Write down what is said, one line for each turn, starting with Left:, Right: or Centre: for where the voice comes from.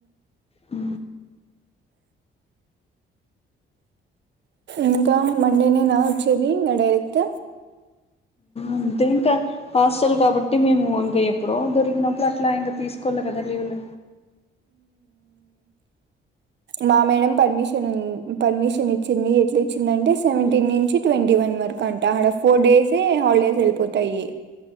Left: హ
Right: ఇంకా మండేనే నా వచ్చేది ఇంకా డైరెక్ట్
Left: అంతే ఇంకా హాస్టల్ కాబట్టి మేము ఇంకా ఎప్పుడో దొరికినప్పుడు అట్లా ఇంకా తీసుకో కదలీ వాల్
Right: మా మేడం పర్మిషన్ ఉ పర్మిషన్ చిన్ని చిన్ని ఎట్ల ఇచ్చిందంటే సెవెంటీన్ నుంచి ట్వంటీ వన్ వరకు అంట ఆడఫ్ ఫోర్ డేసే హాలిడేస్ వెళ్ళిపోతాయి